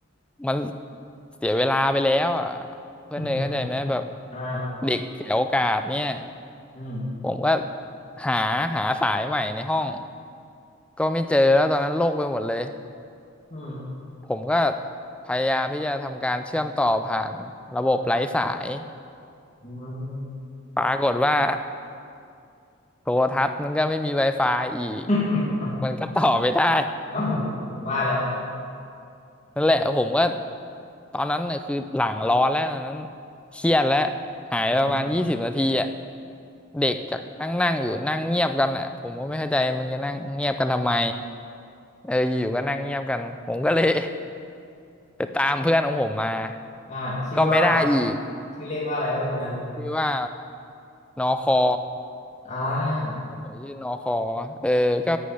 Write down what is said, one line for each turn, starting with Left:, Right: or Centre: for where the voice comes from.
Centre: มันเสียเวลาไปแล้วอ่ะเพื่อนเนยเข้าใจไหมแบบ
Left: อืมอ่า
Centre: เด็กเสียโอกาสเนี่ย
Left: อืม
Centre: ผมก็หาหาสายใหม่ในห้องก็ไม่เจอแล้วตอนนั้นโล่งไปหมดเลย
Left: อืม
Centre: ผมก็พยายามที่จะทำการเชื่อมต่อผ่านระบบไร้สาย
Left: อืม
Centre: ปรากฏว่าโทรทัศน์มันก็ไม่มี Wi-Fi อีก
Left: <laughs>
Centre: มันก็ต่อไม่ได้
Left: เอาผมว่าแล้ว
Centre: นั่นแหละผมก็ตอนนั้นเนี่ยคือหลังร้อนแล้วตอนนั้นเครียดแล้วหายประมาณยี่สิบนาทีอ่ะ
Left: อืม
Centre: เด็กจากนั่งนั่งอยู่นั่งเงียบกันอ่ะผมก็ไม่เข้าใจมึงจะนั่งเงียบกันทำไมเอออยู่ๆก็นั่งเงียบกันผมก็เลย <laughs> ไปตามเพื่อนของผมมา
Left: อ่าชื่อว่า
Centre: ก็ไม่ได้อีก
Left: ชื่อเล่นว่าอะไรครับเพื่อนคนนั้น
Centre: ชื่อว่านอคอ
Left: อ่า
Centre: ผมชื่อนอคอเออก็